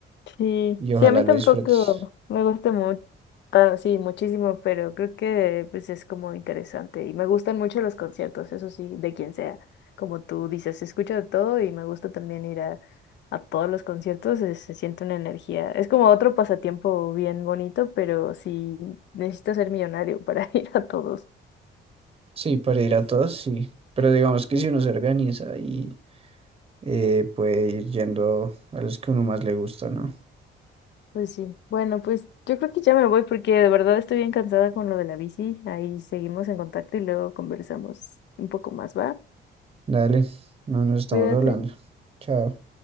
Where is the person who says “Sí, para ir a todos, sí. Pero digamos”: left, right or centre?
Right